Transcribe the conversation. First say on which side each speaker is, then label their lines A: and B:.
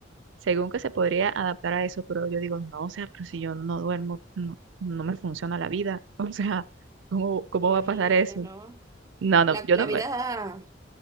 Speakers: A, on the right; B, on the right.
A: Según que se podría adaptar a eso, pero yo digo, no, o sea, pero si yo no duermo, no, no me funciona la vida. <laughs> O sea, ¿cómo, cómo
B: Imagínate,
A: va a pasar eso?
B: ¿no?
A: No, no,
B: La,
A: yo
B: la
A: no me...
B: vida,